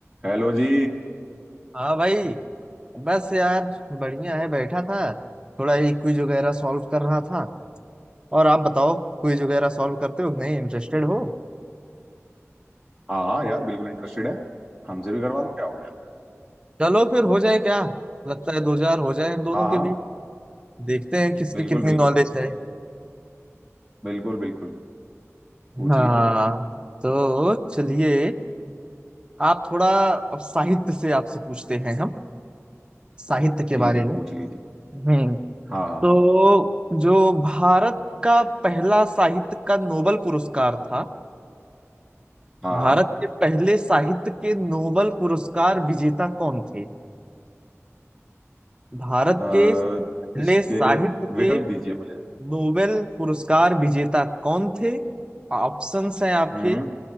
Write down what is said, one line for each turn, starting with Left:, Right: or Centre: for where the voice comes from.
Centre: Hello जी
Right: हाँ भाई बस यार बढ़िया है बैठा था थोड़ा ये क्विज वगैरह सॉल्व कर रहा था और आप बताओ क्विज वगैरह सॉल्व करते हो कि नहीं इंटरेस्टेड हो
Centre: हाँ हाँ यार बिल्कुल इंटरेस्टेड है हमसे भी करवा लो क्या हो गया
Right: चलो फिर हो जाए क्या लगता है दो हजार हो जाए हम दोनों
Centre: हाँ
Right: के
Centre: हाँ
Right: बीच देखते हैं किसकी
Centre: बिल्कुल
Right: कितनी
Centre: बिल्कुल
Right: नॉलेज है
Centre: बिल्कुल बिल्कुल पूछ
Right: हाँ
Centre: लीजिए
Right: तो चलिए आप थोड़ा अब साहित्य से आपसे पूछते हैं हम साहित्य के
Centre: ठीक
Right: बारे
Centre: है
Right: में
Centre: पूछ लीजिए
Right: हम्म
Centre: हाँ हाँ
Right: तो जो भारत का पहला साहित्य का नोबल पुरस्कार था
Centre: हाँ
Right: भारत के पहले साहित्य के नोबेल पुरस्कार विजेता कौन थे भारत
Centre: हाँ,
Right: के पहले
Centre: अ, इसके
Right: साहित्य के
Centre: विकल्प दीजिए मुझे
Right: नोबेल पुरस्कार विजेता कौन थे ऑप्शंस हैं आपके
Centre: हम्म